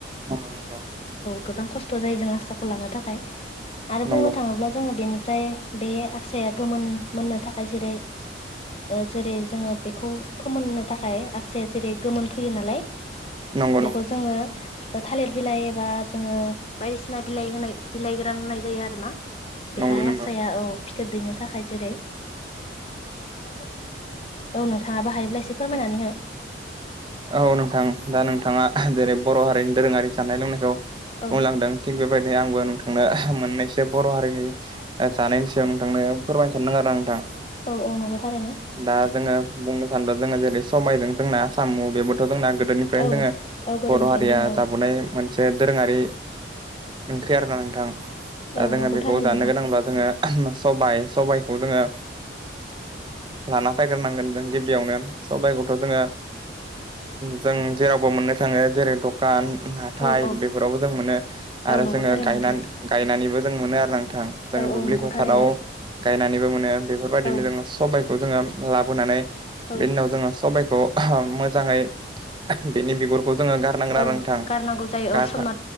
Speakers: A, on the right; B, on the left.
A: नंगौ नोंगौ
B: गोबां खस्थ' जायो जों आसाखौ लानो थाखाय आरो
A: नंगौ
B: बुंनो थाङोब्ला जोङो बेनि ओमफ्राय बे आक्साया गोमोन मोननो थाखाय जेरै ओ जेरै जोङो बेखौ फोमोननो थाखाय आसे जेरै गोमोन फैयो नालाय
A: नंगौ नंगौ
B: बेखौ जोङो थालिर बिलाइ एबा जोङो बायदिसिना बिलाइ होनाय बिलाइ गोरान होनाय जायो आरो ना बेहाय
A: नंगौ नंगौ
B: आक्साया औ फिथोब दैनो थाखाय जेरै <unintelligible> औ नोंथांङाबो हायोब्ला एसे फोरमायनानै हो
A: औ नोंथां दा नोंथाङा जेरै बर' हारिनि दोरोङारि जानाय लोंनाय
B: औ
A: बुंलांदों थिग बेबायदि आंबो नोंथांनो मोननैसो बर' हारिनि जानायनि सायाव नोंथांनो फोरमायनो सानदों आरो आं नोंथां
B: औ औ नंगौ थारैनो
A: दा जोङो बुंनो सानदों जोङो जेरै समायजों जोंना साम' बेबोथ' दंना गोदोनिफ्रायनो
B: औ
A: दोङो
B: औ गोदोनिफ्रायनो
A: बर' हारिया
B: दोङो
A: जाबोनाय मोनसे दोरोङारि ओंख्रि आर ना नोंथां दा
B: औ
A: जोङो
B: नंगौ
A: बेखौ
B: थारैनो
A: जानो
B: नोंथां
A: गोनांब्ला जोङो मो सबायाइ सबायाइखौ जोङो लाना फैग्रोनांगोन जों गिबियावनो सबाइखौथ' जोङो जों जेरावबो मोननो थाङो जेरै दखान हाथाय
B: औ औ
A: बेफोरावबो जों मोनो
B: औ
A: आरो
B: नंगौ
A: जोङो
B: थारैनो
A: गायनानै
B: नोंथां
A: गायनानैबो जों मोनो आरो ना नों नोंथां
B: औ
A: जों
B: औ
A: दुब्लि
B: नंगौ
A: फोथाराव
B: थारैनो
A: गायनानैबो मोनो बेफोरबायदिनो
B: औ
A: जोङो सबाइखौ जोङो लाबोनानै
B: औ
A: बि उनाव जोङो सबायखौ मोजाङै बेनि बिगुरखौ जोङो गारनांगोन
B: औ
A: आरो नोंथां
B: गारनांगौ जायो
A: गारखा
B: औ सोमना